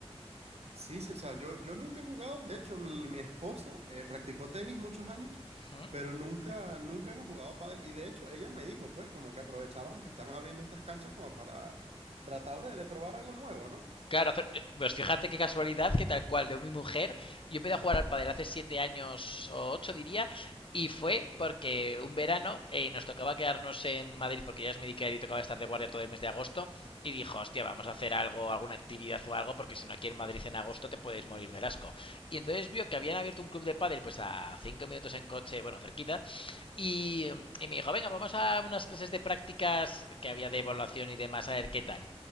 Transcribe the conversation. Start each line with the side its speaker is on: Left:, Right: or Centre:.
Right: Sí, sí, o sea, yo, yo nunca he jugado, de hecho, mi, mi esposa eh, practicó tenis muchos años,
Left: ¿Mm?
Right: pero nunca, nunca hemos jugado pádel, y de hecho, ella me dijo, pues, como que aprovecháramos que están abriendo estas canchas como para tratar de, de probar algo nuevo, ¿no?
Left: Claro, pues fíjate qué casualidad que tal cual, de mi mujer, yo empecé a jugar al pádel hace siete años o ocho diría, y fue porque un verano eh, nos tocaba quedarnos en Madrid porque ella es médica y tocaba estar de guardia todo el mes de agosto, y dijo, hostia, vamos a hacer algo, alguna actividad o algo, porque si no aquí en Madrid en agosto te puedes morir del asco. Y entonces vio que habían abierto un club de pádel pues a cinco minutos en coche, bueno, cerquita, y, y me dijo, venga, vamos a unas clases de prácticas que había de evaluación y demás, a ver qué tal